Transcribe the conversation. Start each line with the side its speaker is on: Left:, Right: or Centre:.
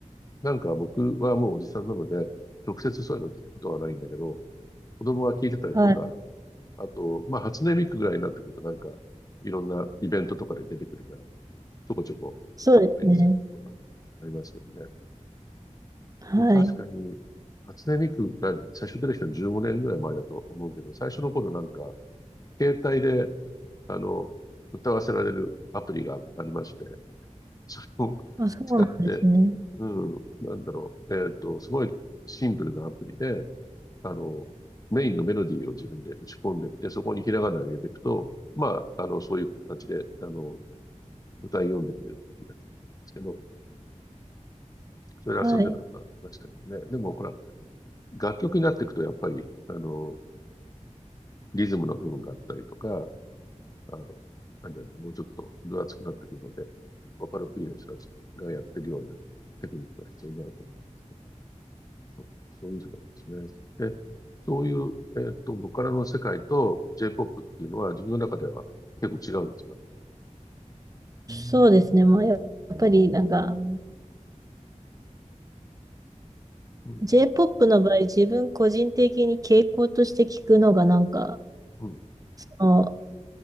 Left: な。なんか僕はもうおじさんなので、直接そういうの聞くことはないんだけど、子供は聞いてたりとか、
Right: はい。
Left: あと、まあ、初音ミクぐらいになってくるとなんか、いろんなイベントとかで出てくるから、ちょこちょこ、
Right: そうですね。
Left: あの、目にすることはありますけどね。
Right: はい。
Left: でも確かに、初音ミクが最初出てきたの15年ぐらい前だと思うけど、最初の頃なんか、携帯で、あの、歌わせられるアプリがありまして、それを使って、
Right: あ、そうなんですね。
Left: うん、なんだろう、えっと、すごいシンプルなアプリで、あの、メインのメロディーを自分で打ち込んでって、そこにひらがなを入れていくと、まあ、あの、そういう形で、あの、歌い読んでくれるっていうやつですけど、それで遊んでたことはありましたけどね。
Right: はい。
Left: でも、ほら、楽曲になっていくと、やっぱり、あの、リズムの部分があったりとか、あの、あれなんだね、もうちょっと分厚くなってくるので、ボカロ P の人たちがやってるようなテクニックが必要になると思うんですけど、そう、そういう世界なんですね。で、そういう、えっと、ボカロの世界と J-POP っていうのは自分の中では結構違うんですか
Right: そうですね。まあ、やっぱり、なんか、
Left: うん、
Right: J-POP の場合、自分個人的に傾向として聞くのが、なんか、
Left: うん。
Right: その、